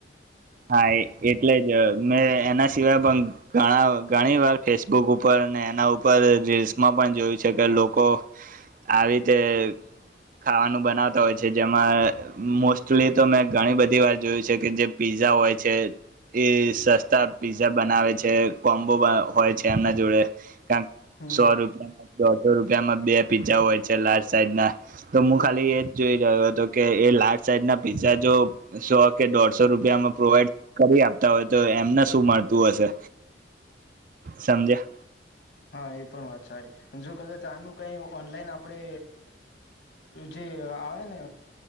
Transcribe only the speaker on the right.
હા એ એટલે જ મેં એના સિવાય પણ ઘણા ઘણી વાર ફેસબુક ઉપર અને એના ઉપર રીલ્સમાં પણ જોયું છે કે લોકો આવી રીતે ખાવાનું બનાવતા હોય છે જેમાં મોસ્ટલી તો મેં ઘણી બધી વાર જોયું છે કે જે પીઝા હોય છે એ સસ્તા પીઝા બનાવે છે કોમ્બો બ હોય છે એમના જોડે કાક
સો
રૂપિયામાં દોડ સો રૂપિયામાં બે પિઝ્ઝા હોય છે લાર્જ સાઈઝ ના તો હું ખાલી એજ જોઈ રહ્યો હતો કે એ લાર્જ સાઈઝ ના પીઝ્ઝા જો સો કે દોઢસો સો રૂપિયામાં પ્રોવાઈડ કરી આપતા હોય તો એમને શું મળતું હશે સમજ્યા